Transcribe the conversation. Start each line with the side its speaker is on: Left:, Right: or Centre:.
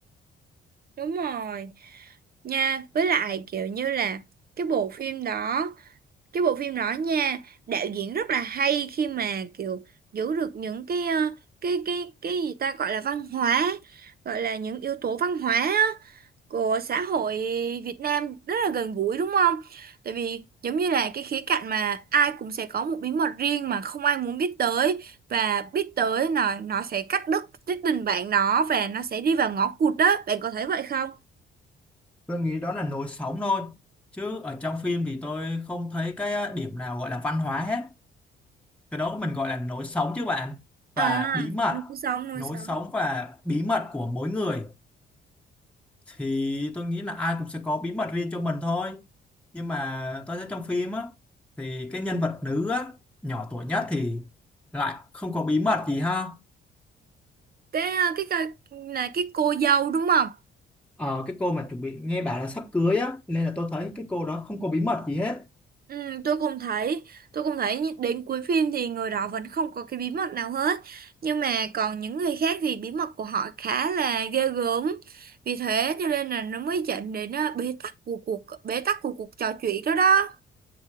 Right: Đúng rồi. nha với lại kiểu như là cái bộ phim đó cái bộ phim đó nha đạo diễn rất là hay khi mà kiểu giữ được những cái ờ, cái cái cái gì ta gọi là văn hóa gọi là những yếu tố văn hóa á, của xã hội Việt Nam rất là gần gũi đúng không? Tại vì giống như là cái khía cạnh mà ai cũng sẽ có một bí mật riêng mà không ai muốn biết tới và biết tới là nó sẽ cắt đứt cái tình bạn đó và nó sẽ đi vào ngõ cụt đó bạn có thấy vậy không?
Centre: tôi nghĩ đó là nối sống thôi chứ ở trong phim thì tôi không thấy cái á, điểm nào gọi là văn hóa hết cái đó mình gọi là nối sống chứ bạn và
Right: À,
Centre: bí mật
Right: nuôi sống, nuôi
Centre: nối
Right: sống.
Centre: sống và bí mật của mỗi người thì tôi nghĩ là ai cũng sẽ có bí mật riêng cho mình thôi nhưng mà tôi thấy trong phim á thì cái nhân vật nữ á nhỏ tuổi nhất thì lại không có bí mật gì ha
Right: Cái ờ, cái cái là cái cô dâu đúng không?
Centre: Ờ, cái cô mà chuẩn bị nghe bảo là sắp cưới á nên là tôi thấy cái cô đó không có bí mật gì hết
Right: Ừ, tôi cũng thấy, tôi cũng thấy như- đến cuối phim thì người đó vẫn không có cái bí mật nào hết. Nhưng mà còn những người khác thì bí mật của họ khá là ghê gớm. Vì thế cho nên là nó mới dẫn đến ờ, bế tắc của cuộc bế tắc của cuộc trò chuyện đó đó.